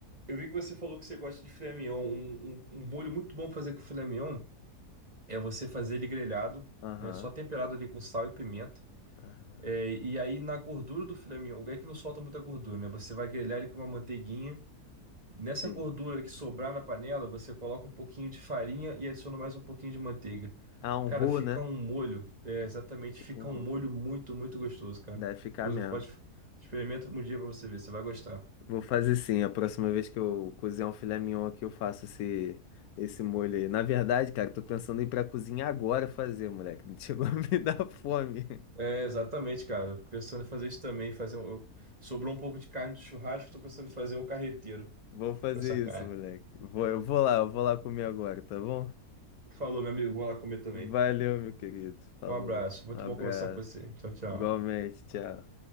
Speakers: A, on the right; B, on the left.
A: Eu vi que você falou que você gosta de filé mignon. Um, um, um molho muito bom pra fazer com filé mignon é você fazer ele grelhado,
B: Aham.
A: né? Só temperado ali com sal e pimenta.
B: Aham.
A: É, e aí na gordura do filé mignon, é que não solta muita gordura, né? Você vai grelhar ele com uma manteiguinha. Nessa
B: Sim.
A: gordura que sobrar na panela, você coloca um pouquinho de farinha e adiciona mais um pouquinho de manteiga.
B: Ah, um
A: Cara,
B: roux,
A: fica
B: né?
A: um molho, é, exatamente,
B: Tipo
A: fica
B: um roux.
A: um molho muito, muito gostoso, cara.
B: Deve ficar
A: Depois
B: mesmo.
A: você pode experimenta um dia pra você ver, você vai gostar.
B: Vou fazer sim. A próxima vez que eu cozinhar um filé mignon aqui, eu faço esse, esse molho aí. Na verdade, cara, tô pensando em ir pra cozinha agora fazer, moleque. <laughs> Chegou a me dar fome.
A: É, exatamente, cara. Pensando em fazer isso também, fazer um... eu- sobrou um pouco de carne do churrasco, tô pensando em fazer um carreteiro
B: Vou fazer
A: com essa carne.
B: isso, moleque. Vou, eu vou lá, eu vou lá comer agora, tá bom?
A: Falou, meu amigo, vou lá comer também.
B: Valeu, meu querido. Falou.
A: Um abraço, muito
B: Um abraço.
A: bom conversar com você. Tchau, tchau.
B: Igualmente, tchau.